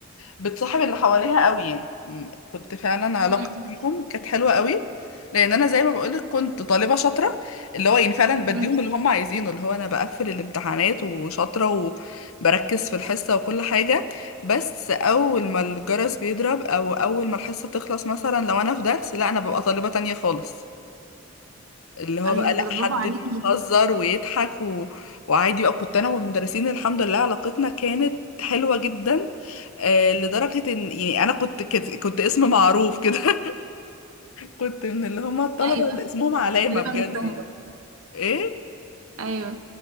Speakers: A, on the left; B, on the right.
A: بتصاحب اللي حواليها قوي يعني م، كنت فعلا علاقتي
B: مم.
A: بيهم كانت حلوه قوي لان انا زي ما بقولك كنت طالبه شاطره اللي هو يعني فعلا بديهم
B: مم.
A: اللي هم عايزينه اللي هو انا بقفل الامتحانات وشاطره وبركز في الحصه وكل حاجه بس اول ما الجرس بيضرب او اول ما الحصه تخلص مثلا لو انا في درس لا انا ببقى طالبه تانية خالص اللي هو
B: ايوه
A: بقى
B: ده
A: لا
B: ده برافو
A: حد
B: عليكي
A: بيهزر ويضحك و... وعادي بقى كنت انا والمدرسين الحمد لله علاقتنا كانت حلوة جدا آه لدرجة ان يعني انا كنت كت... كنت اسم معروف كده <laughs> كنت من اللي هم الطلبة
B: ايوه
A: اللي اسمهم علامة
B: كنت طالبه
A: بجد
B: مجتهده
A: يعني. ايه
B: ايوه